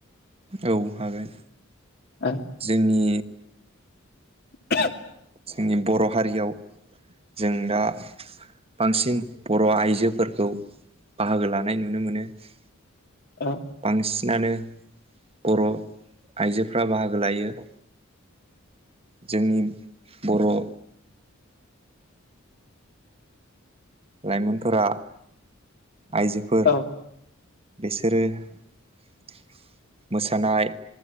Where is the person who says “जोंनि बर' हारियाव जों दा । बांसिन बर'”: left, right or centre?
Right